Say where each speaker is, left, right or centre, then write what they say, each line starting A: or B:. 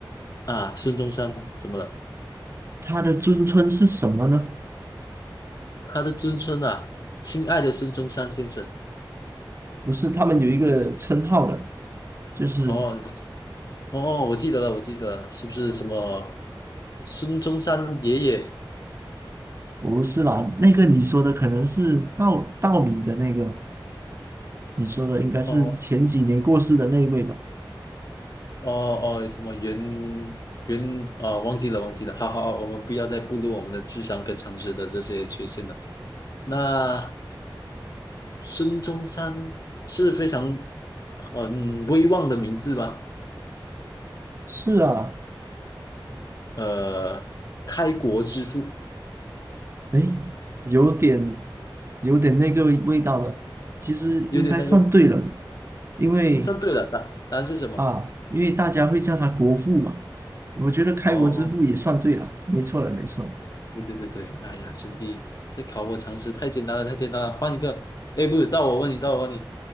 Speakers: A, on the left; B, on the right.
A: 啊，孙中山怎么了？
B: 他的尊称是什么呢？
A: 他的尊称啊，亲爱的孙中山先生。
B: 不是他们有一个称号的，就是
A: 哦，哦，我记得了，我记得了，是不是什么孙中山爷爷？
B: 我不是啦，那个你说的可能是道道理的那个，你说的应该是前几年过世的那一位吧？
A: 哦哦哦，什么袁袁啊、忘记了，忘记了。好好，我们不要再步入我们的智商跟常识的这些缺陷了。那孙中山是非常很威望的名字吧？
B: 是啊，
A: 呃，开国之父，
B: 诶，有点有点那个味道了。其实应该算对了，
A: 有点那个
B: 因为
A: 算对了，答答案是什么？
B: 啊，因为大家会叫他国父嘛，我觉得开国之父也算对了，
A: 哦，
B: 没错了，没错了。
A: 对对对对，哎呀，兄弟，这考我常识太简单了，太简单了，换一个。哎，不是，到我问你，到我问你，